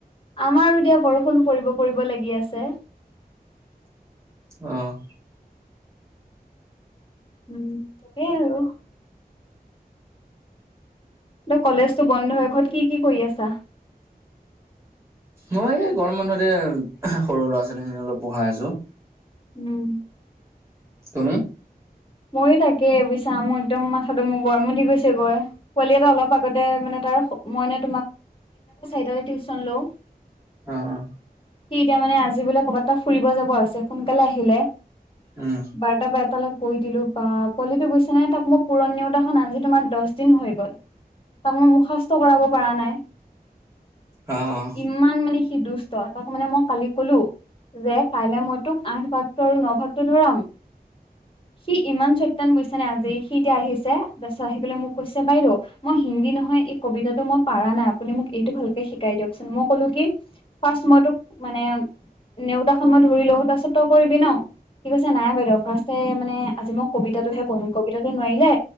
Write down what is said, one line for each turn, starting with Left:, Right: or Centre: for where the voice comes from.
Left: আমাৰো এতিয়া বৰষুণ পৰিব পৰিব লাগি আছে।
Right: অ'।
Left: উম তাকে আৰু। ত কলেজো বন্ধ এ, ঘৰত কি কি কৰি আছা?
Right: মই এই গৰম বনতে সৰু ল'ৰা ছোৱালী খিনি অলপ পঢ়াই আছো।
Left: উম।
Right: তুমি?
Left: ময়ো তাকে বুজছা মোৰ একদম মাথাটো মোৰ গৰম ওঠি গৈছে গৈ। পোৱালি এটা অলপ আগতে মানে, তাৰ মই তোমাৰ তিউচম লও।
Right: অ' অ'।
Left: সি এতিয়া মানে আজি বোলে ক'ৰবাত এটা ফুৰিব যাব আছে, সোনকালে আহিলে,
Right: উম
Left: বাৰটা পৰা এটালৈ কৈ দিলোঁ বা পোৱালিটো বুজিছানে নাই তাক মই পূৰণ নেওতাখন আজি তোমাৰ দহ দিন হৈ গ'ল তাক মই মুখাস্ত কৰাব পৰা নাই।
Right: অ', অ'
Left: ইমান মানে সি দুষ্ট তাক মানে মই কালি কলো যে কাইলৈ মই তোক আঠ ভাগটো আৰু ন ভাগটো ধৰাম সি ইমান চৈতান বুজিছা নে আজি সি এতিয়া আহিছে তাৰপিছত আহি পেলাই মোক কৈছে বাইদেউ মই হিন্দী নহয় এই কবিতাটো মই পাৰা নাই আপুনি মোক এইটো ভালকে শিকাই দিয়কচোন। মই কলো কি ফাৰ্ষ্ট মই তোক মানে নেওতাখন মই ধৰি লওঁ তাৰপিছত তই কৰিবি ন ঠিক আছে নাই বাইদেউ ফাৰ্ষ্টয়ে মানে আজি মই কবিতাটোহে পঢ়িম কবিতাটো নোৱাৰিলে